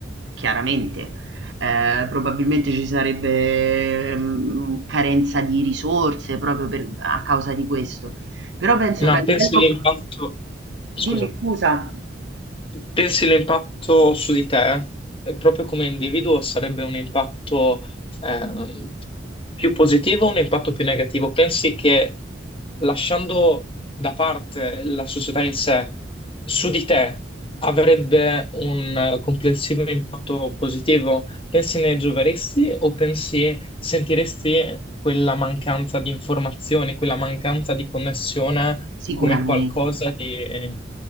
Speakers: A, on the right; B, on the left.
A: chiaramente. Ehm, probabilmente ci sarebbe, mhmm, carenza di risorse proprio per a causa di questo. Però penso
B: Ma
A: che a
B: pensi
A: livello
B: all'impatto... Scusa.
A: Dimmi scusa.
B: Pensi l'impatto su di te, eh, proprio come individuo, sarebbe un impatto ehm, più positivo o un impatto più negativo? Pensi che lasciando da parte la società in sé, su di te avrebbe un eh, complessivo impatto positivo? Pensi ne gioveresti o pensi sentiresti quella mancanza di informazioni, quella mancanza di connessione?
A: Sicuramente.
B: come qualcosa di eh,